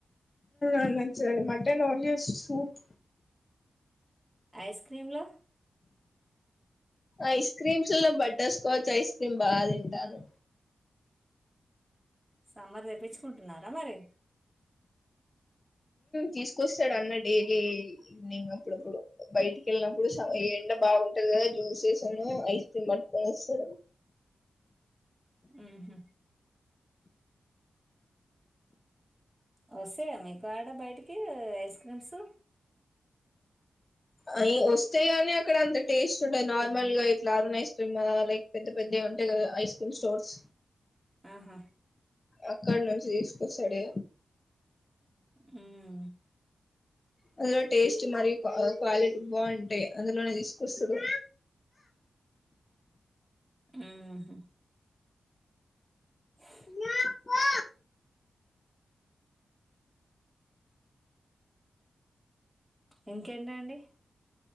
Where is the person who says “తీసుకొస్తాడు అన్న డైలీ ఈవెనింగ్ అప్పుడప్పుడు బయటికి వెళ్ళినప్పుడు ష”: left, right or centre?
Left